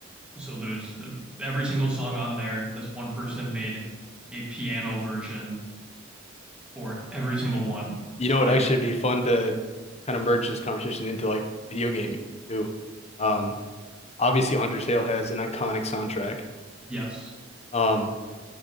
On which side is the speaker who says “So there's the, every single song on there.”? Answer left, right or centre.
Centre